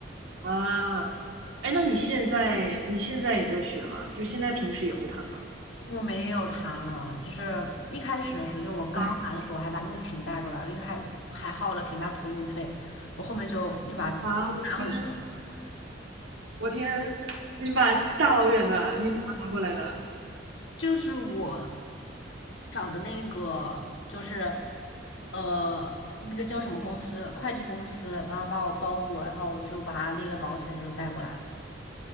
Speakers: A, on the right; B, on the left.
A: 啊。哎，那你现在你现在也在学吗？就是现在平时也会弹吗？
B: 我没有弹了，就是一开始的时候，就我刚来的时候，
A: 哎
B: 我还把那个琴带过来了，因为还还耗了挺大托运费，我后面就又把它拿回去了。
A: 啊，我天，我天，你把大老远的你怎么拿过来的
B: 就是我找的那个，就是呃，那个叫什么公司，快递公司，然后把我包裹，然后我就把它列个保险，就带过来了。